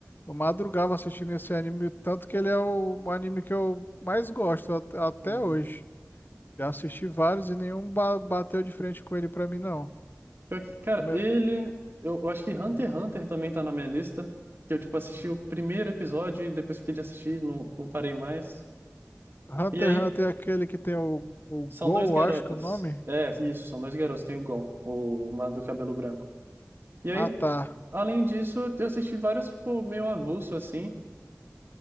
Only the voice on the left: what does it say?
eu madrugava assistindo esse anime, tanto que ele é o anime que eu mais gosto at- até
hoje. Já assisti vários e nenhum ba- bateu de frente com ele pra mim, não.
Como
é-
Hunter
x Hunter é aquele que tem o, o Gol,
acho que é o nome.
Ah, tá.